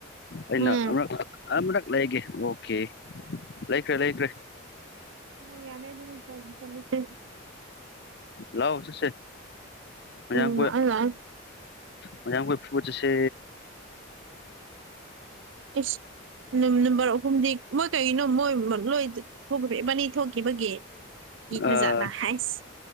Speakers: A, on the left; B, on the right.
A: ꯑꯩꯅ
B: ꯎꯝ
A: ꯑꯃꯔꯛ ꯑꯃꯨꯔꯛ ꯂꯩꯒꯦ ꯑꯣꯀꯦ ꯂꯩꯈ꯭ꯔꯦ ꯂꯩꯈ꯭ꯔꯦ
B: ꯍꯣ ꯍꯣꯏ ꯌꯥꯔꯦ ꯑꯗꯨꯗꯤ ꯆ <unintelligible> ꯇꯦꯠ
A: ꯂꯥꯎ ꯆꯠꯁꯦ ꯃꯌꯥꯝ
B: ꯎꯝ
A: ꯈꯣꯢ
B: ꯑꯩ
A: ꯃꯌꯥꯝ ꯈꯣꯢ ꯐꯨꯕ ꯆꯠꯁꯦ
B: ꯏꯁ ꯅꯝ ꯅꯝꯕꯔ ꯑꯍꯨꯝꯗꯤ ꯃꯣꯏ ꯀꯩꯅꯣ ꯃꯣꯏ ꯅꯣꯏ ꯊꯣꯛꯈꯔꯦ ꯢꯕꯅꯤ ꯊꯣꯛꯈꯤꯕꯒꯤ ꯀꯤꯈ꯭ꯔꯖꯥꯠꯂ
A: ꯑꯥ
B: ꯍꯥꯏꯁ